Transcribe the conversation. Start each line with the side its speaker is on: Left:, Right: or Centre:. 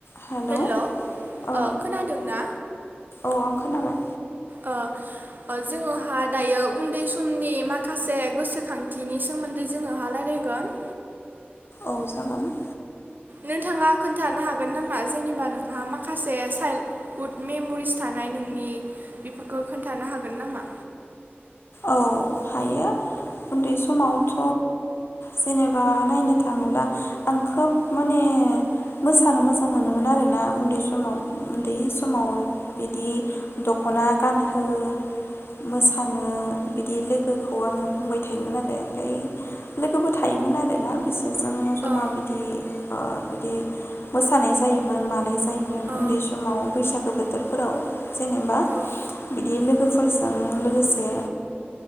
Left: hello
Right: hello ओ
Left: औ
Right: खोनादोंना
Left: औ आं खोनाबाय
Right: ओ जोङोहा दायो उन्दै समनि माखासे गोसोखांथिनि सोमोन्दै जोङोहा लायरायगोन
Left: औ जागोन <inaudible>
Right: नोंथाङा खोन्थानो हागोन नामा जेनेबा नोंहा माखासे चाइल्डहुड मेमरिस थानाय नोंनि बेफोरखौ खोन्थानो हागोन नामा
Left: औ हायो उन्दै समावथ जेनेबा नायनो थाङोब्ला आं खोब माने मोसानो मोजां मोनोमोन आरोना उन्दै समाव उन्दै समाव बिदि दखना गानहो मोसा फ बिदि लोगोखौ आङो बुंबाय थायोमोन आरो ओमफ्राय लोगोबो थायोमोन आरोना बिस जों जमा
Right: औ
Left: बिदि ओ बिदि मोसानाय जायोमोन मानाय जायोमोन
Right: औ
Left: उन्दै समाव बैसागो बोथोरफोराव जेनेबा
Right: औ
Left: बिदि लोगोफोरजों लोगोसे एसे